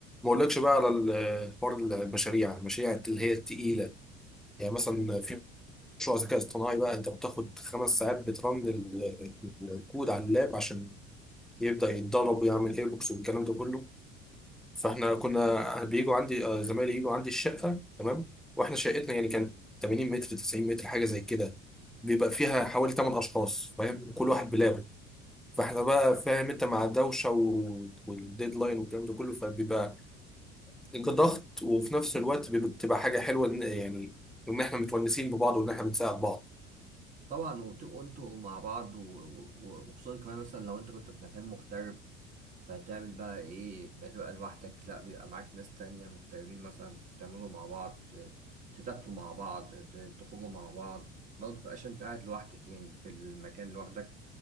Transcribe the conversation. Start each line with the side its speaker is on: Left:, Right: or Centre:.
Centre: اقولكش بقى على ال- حوار المشاريع المشاريع اللي هي التقيله يعني مثلا في مشروع ذكاء اصطناعي بقى انت بتاخد خمس ساعات بترن ال- الكود على اللاب عشان يبدا يتدرب ويعمل ايربوكس والكلام ده كله فاحنا كنا بيجوا عندي آه، زمايلي يجوا عندي الشقه تمام واحنا شقتنا يعني كانت 80 متر 90 متر حاجه زي كده بيبقى فيها حوالي 8 اشخاص فاهم كل واحد بلابه فاحنا بقى فاهم انت مع الدوشه و- والديدلاين والكلام ده كله فبيبقى ضغط وفي نفس الوقت بيبقى- بتبقى حاجه حلوه إن- يعني ان احنا متونسين ببعض وان احنا بنساعد بعض
Right: طبعا وتبقوا انتوا مع بعض و- و- و- وخصوصا كمان مثلا لو انت كنت في مكان مغترب فهتعمل بقى ايه بتبقى لوحدك لا بيبقى معاك ناس تانية مغتربين مثلا تعملوا مع بعض ت- تتاكلوا مع بعض ت- تخرجوا مع بعض برضه متبقاش انت قاعد لوحدك يعني في المكان لوحدك